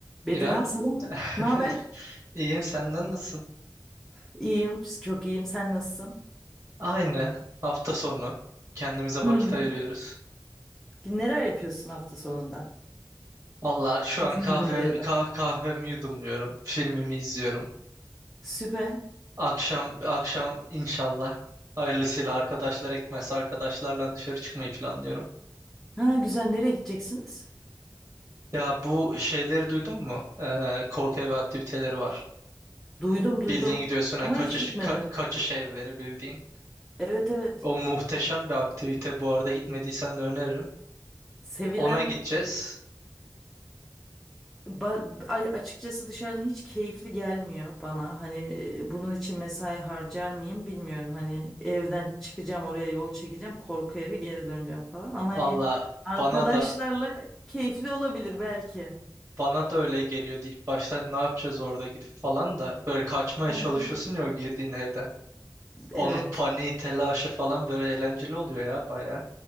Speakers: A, in the centre; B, on the right.
A: Bedirhan
B: İrem,
A: selam.
B: <laughs>
A: Ne haber?
B: iyiyim senden nasılsın?
A: İyiyim, çok iyiyim. Sen nasılsın?
B: Aynı hafta sonu kendimize
A: Hmm.
B: vakit ayırıyoruz.
A: Neler yapıyorsun hafta sonunda?
B: Valla şu
A: İzin
B: an kahvem,
A: gününde ya da.
B: kah kahvemi yudumluyorum, filmimi izliyorum.
A: Süper.
B: Akşam akşam inşallah hayırlısıyla arkadaşlar ekmezse arkadaşlarla dışarı çıkmayı planlıyorum.
A: Ha güzel. Nereye gideceksiniz?
B: Ya bu şeyleri duydun mu? Ee, korku evi aktiviteleri var.
A: Duydum, duydum.
B: Bildiğin gidiyorsun ha,
A: Ama
B: kaçış
A: hiç gitmedim.
B: ka kaçış evleri bildiğin.
A: Evet, evet.
B: O muhteşem bir aktivite bu arada gitmediysen de öneririm.
A: Sevilen
B: Ona gideceğiz.
A: ba- a- açıkçası dışarıdan hiç keyifli gelmiyor bana. Hani e, bunun için mesai harcar mıyım bilmiyorum. Hani evden çıkacağım, oraya yol çekeceğim, korku evi geri döneceğim falan. Ama
B: Valla
A: hani arkadaşlarla
B: bana da
A: keyifli olabilir belki.
B: bana da öyle geliyordu ilk baştan ne yapacağız orada gidip falan da böyle kaçmaya
A: Hı
B: çalışıyorsun
A: hı.
B: ya o girdiğin evde. Onun
A: Evet.
B: paniği, telaşı falan böyle eğlenceli oluyor ya baya.